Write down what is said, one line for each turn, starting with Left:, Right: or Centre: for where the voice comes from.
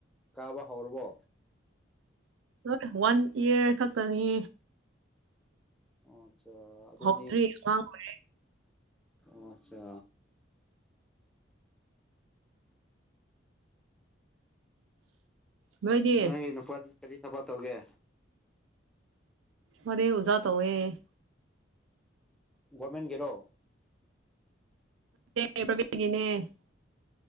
Centre: ꯀꯥꯕ ꯍꯧꯔꯕꯣ
Right: ꯍꯣꯏ ꯋꯥꯟ ꯏꯌꯔ ꯈꯛꯇꯅꯤ
Centre: ꯑꯣ ꯑꯠꯆꯥ ꯑꯗꯨꯗꯤ
Right: ꯍꯧꯗ꯭ꯔꯤ ꯑꯉꯥꯡ
Centre: ꯑꯣ ꯑꯠꯆꯥ
Right: ꯅꯣꯏꯗꯤ
Centre: ꯅꯪꯒꯤ ꯅꯨꯄꯥꯗꯨ ꯀꯔꯤ ꯊꯕꯥ ꯇꯧꯒꯦ
Right: ꯃꯗꯖꯥ ꯇꯧꯦ
Centre: ꯒꯣꯔꯃꯦꯟꯒꯤꯔꯣ
Right: ꯦ ꯄꯕꯦꯒꯤꯅꯦ